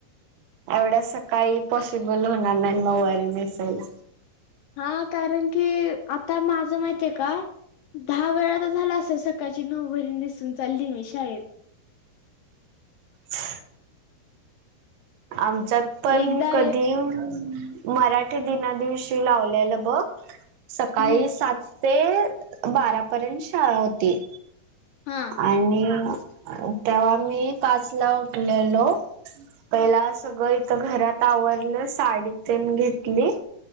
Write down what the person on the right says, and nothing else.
एवढ्यास काही पॉसिबल होणार नाही नवारी नेसायला
ह् आमच्यात पण
कधी मराठी. दिना दिवशी लावल्या बघ सकाळी
सात. ते बारापर्यंत शाळा होती.
आणि तेव्हा मी पाच ला उठलेलो. पहिला सगळं इथ घरात आवरलं साडी तन घेतली